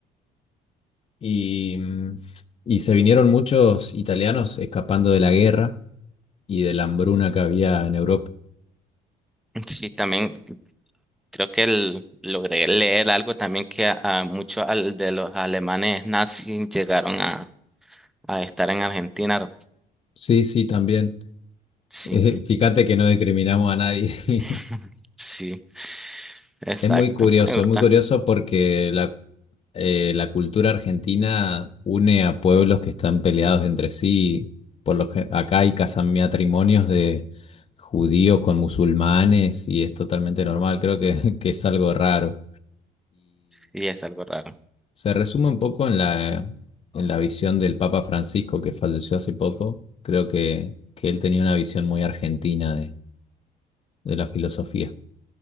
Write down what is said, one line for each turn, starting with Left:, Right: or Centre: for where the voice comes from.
Left: Y, mm, y se vinieron muchos italianos escapando de la guerra y de la hambruna que había en Europa.
Centre: Sí, también creo que el- logré leer algo también que a, a muchos al- de los alemanes nazis llegaron a, a estar en Argentina.
Left: Sí, sí, también. <laughs>
Centre: Sí.
Left: Eh, fíjate que no discriminamos a nadie. <laughs>
Centre: <laughs> Sí, exacto.
Left: Es muy curioso,
Centre: Me gusta.
Left: es muy curioso porque la, eh, la cultura argentina une a pueblos que están peleados entre sí. Por lo que acá hay casam- matrimonios de judíos con musulmanes y es totalmente normal. Creo que, <laughs> que es algo raro.
Centre: Y es algo raro.
Left: Se resume un poco en la, en la visión del Papa Francisco que falleció hace poco. Creo que, que él tenía una visión muy argentina de, de la filosofía.